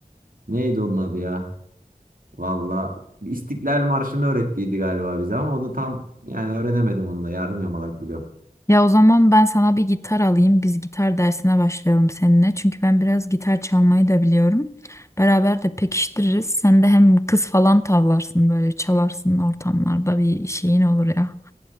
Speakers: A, on the right; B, on the left.
A: neydi onun adı ya? Valla İstiklal Marşı'nı öğrettiydi galiba bize ama o da tam yani öğrenemedim onu da yarım yamalak biliyorum.
B: Ya o zaman ben sana bir gitar alayım. Biz gitar dersine başlayalım seninle. Çünkü ben biraz gitar çalmayı da biliyorum. Beraber de pekiştiririz. Sen de hem kız falan tavlarsın böyle çalarsın ortamlarda bir şeyin olur ya.